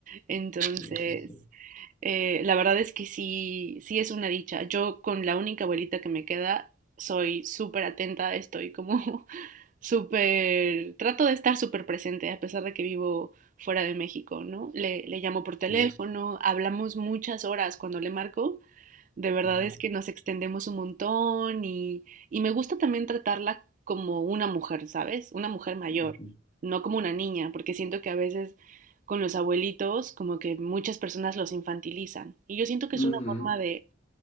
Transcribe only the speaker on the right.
Entonces,
eh, la verdad es que sí, sí es una dicha. Yo con la única abuelita que me queda, soy súper atenta, estoy como súper, trato de estar súper presente a pesar de que vivo fuera de México, ¿no? Le, le llamo por teléfono,
hablamos muchas horas cuando le marco, de verdad
es que nos extendemos un montón y, y me gusta también tratarla como una mujer, ¿sabes? Una mujer mayor,
no como una niña, porque siento que a veces con los abuelitos como que muchas personas los infantilizan y yo siento que
es una forma de